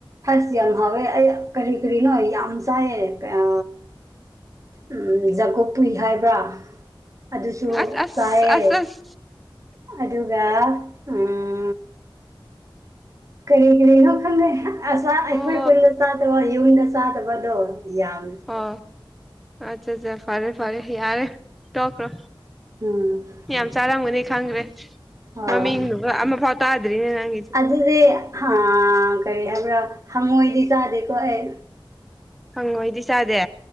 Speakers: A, on the right; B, in the centre.
A: ꯑꯁ ꯌꯥꯝ ꯍꯥꯎꯋꯦ ꯑꯩ ꯀꯔꯤ ꯀꯔꯤꯅꯣ ꯌꯥꯝ ꯆꯥꯏꯌꯦ ꯑ ꯎꯝ ꯖꯥꯒꯣꯞꯄꯨꯏ ꯍꯥꯏꯕ꯭ꯔꯥ ꯑꯗꯨꯁꯨ
B: ꯑꯁ ꯑꯁ
A: ꯆꯥꯏꯌꯦ
B: ꯑꯁ ꯑꯁ
A: ꯑꯗꯨꯒ ꯎꯝ ꯀꯔꯤ ꯀꯔꯤꯅꯣ ꯈꯪꯗꯦ ꯑꯁ
B: ꯑꯣ
A: ꯑꯩꯈꯣꯏ ꯈꯨꯟꯗ ꯆꯥꯗꯕ ꯌꯨꯝꯗ ꯆꯥꯗꯕꯗꯣ ꯌꯥꯝ
B: ꯑꯣ ꯑꯠꯆꯥ ꯑꯠꯆꯥ ꯐꯔꯦ ꯐꯔꯦ ꯌꯥꯔꯦ꯫ ꯇꯣꯛꯈ꯭ꯔꯣ
A: ꯎꯝ
B: ꯌꯥꯝ ꯆꯥꯔꯝꯒꯅꯤ ꯈꯪꯒ꯭ꯔꯦ꯫
A: ꯑꯣ
B: ꯃꯃꯤꯡꯗꯨꯒ ꯑꯃ ꯐꯥꯎ ꯇꯥꯗ꯭ꯔꯤꯅꯦ ꯅꯪꯒꯤꯖꯦ ꯫
A: ꯑꯗꯨꯗꯤ ꯍꯥ ꯀꯔꯤ ꯍꯥꯏꯕ꯭ꯔꯥ ꯍꯪꯉꯣꯏꯗꯤ ꯆꯥꯗꯦꯀꯣ ꯑꯩ꯫
B: ꯍꯪꯉꯣꯏꯗꯤ ꯆꯥꯗꯦ